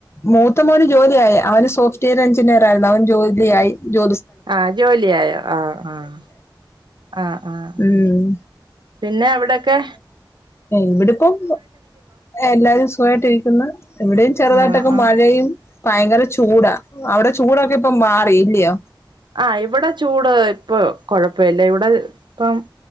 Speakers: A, on the left; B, on the right.
A: മൂത്ത മോന് ജോലിയായി അവന് സോഫ്റ്റ്വെയർ എഞ്ചിനീയർ ആയിരുന്നു അവൻ ജോലിയായി ജോ
B: ആ ജോലിയ ആയോ ആഹ് ആഹ് ആഹ് ആഹ്
A: ഉം
B: പിന്നെ അവിടെക്കെ
A: ഇവിടെപ്പം എല്ലരും സുഖമായിട്ട് രിക്കുന്ന ഇവിടെയും ചെറുതായിട്ടൊക്കെ
B: ആഹ് ആഹ്
A: മഴയും ഭയങ്കര ചൂടാ അവിടെ ചൂടൊക്കെ ഇപ്പ മാറിലിയോ
B: ആഹ് ഇവിടെ ചൂട് ഇപ്പൊ കൊഴപ്പല്ല ഇവിടെ ഇപ്പം